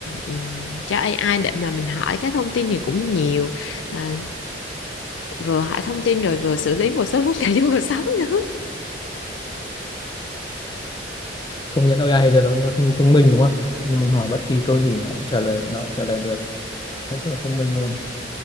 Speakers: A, on the left; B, on the left.
A: ừm, cho AI để mà mình hỏi các thông tin thì cũng nhiều. À, vừa hỏi thông tin rồi vừa xử lý một số <laughs> vấn đề trong cuộc sống nữa.
B: công nhận AI giờ nó nó thông thông minh đúng không nhưng mình hỏi bất kỳ câu gì nó cũng trả lời nó cũng trả lời được nói chung là thông minh luôn